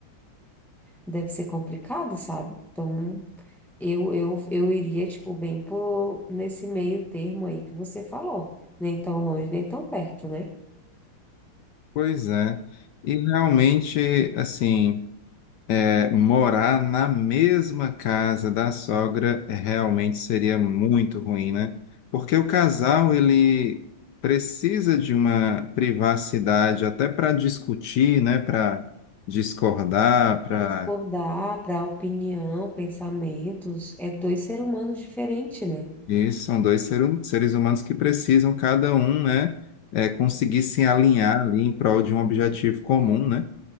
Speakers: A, in the centre; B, on the left (about 70°).
A: Deve ser complicado, sabe? Então, eu, eu, eu iria, tipo, bem por nesse meio termo aí que você falou. Nem tão longe, nem tão perto, né?
B: Pois é. E realmente, assim. É, morar na mesma casa da sogra realmente seria muito ruim, né? Porque o casal ele precisa de uma privacidade até para discutir, né? Para discordar, para
A: Para discordar, para opinião, pensamentos, é dois seres humanos diferentes, né?
B: isso são dois seru- seres humanos que precisam cada um, né? é, conseguir se alinhar ali em prol de um objetivo comum, né?